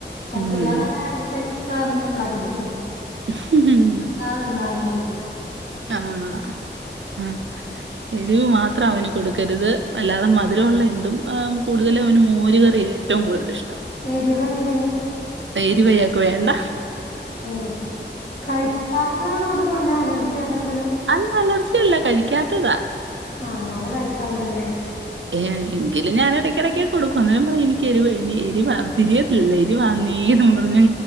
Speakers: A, on the left (about 60°); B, on the right (about 85°).
A: പറ്റൂലാന്ന്
B: ഉം
A: പറഞ്ഞാ രണ്ട് ദിവസം എക്സ്ട്രാ അതൊന്ന്ണ്ടാക്കി തെരും
B: <unintelligible>
A: ന്താ തിന്നാല്ന്നോച്ച്
B: ആഹ് ആഹ് എരിവ് മാത്രം അവന് കൊടുക്കരുത്. അല്ലാതെ മധുരമുള്ള എന്തും. ആം കൂടുതലും അവന് മോര് കറ്യാ ഏറ്റവും കൂടുതൽ ഇഷ്ടം.
A: എരിവെന്തേ?
B: എരിവ് അയാക്ക് വേണ്ട
A: ഉം കഴിക്കാത്തതാണോ? അതോ വല്ല അലർജി അങ്ങന എന്തേലും?
B: അല്ല അലർജി അല്ല. കഴിക്കാത്തതാ
A: ആഹ് ആള് കഴിക്കാത്തതാല്ലേ?
B: ഏഹ് എങ്കില് ഞാൻ എടയ്ക്കിടയ്ക്കൊക്കേ കൊടുക്കും. അന്നേരം പറയും എനിക്ക് എരിവ എരിവ തിരിയ പിള്ളേര് വന്നേന്നും പറഞ്ഞ്